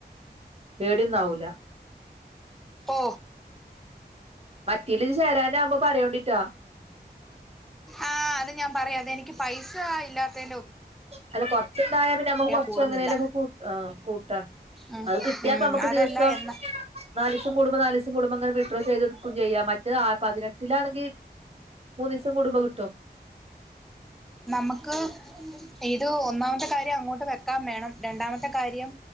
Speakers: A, on the right (about 35°); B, in the centre.
A: പേടന്നാവൂല
B: ഓ
A: മറ്റേല്ല ഇത് ചരാനാവുമ്പോ പറയോണ്ടിട്ട
B: ആഹ അത് ഞാൻ പറയാം അതെനിക്ക് പൈസ ഇല്ലാത്തന്റെ
A: അല്ല കൊറച്ചുണ്ടായ പിന്നെ നമ്മുക്ക് കൊറച്ച
B: കൂടുന്നില്ല
A: എങ്ങനെലും ഒക്കെ ക കൂട്ടാ
B: ഉം
A: അത് കിട്ടിയപ്പ
B: ഉം
A: നമുക്ക്
B: അതല്ല
A: ദിവസം
B: എന്നാ
A: നാലിിവസം കൂടുമ്പോ നാല ദിവസം കൂടുമ്പോ അങ്ങന വീ. <unintelligible> എത്ര ചെയ്ത കൊടുക്കും ചെയ്യാം മറ്റ് പതിനെട്ടിലാണെങ്കിൽ മൂന്ന് ദിവസം കൂടുംബ കിട്ടും.
B: നമുക്ക് ഇത് ഒന്നാമത്തെ കാര്യം അങ്ങോട്ട് വെക്കാൻ വേണം രണ്ടാമത്തെ കാര്യം.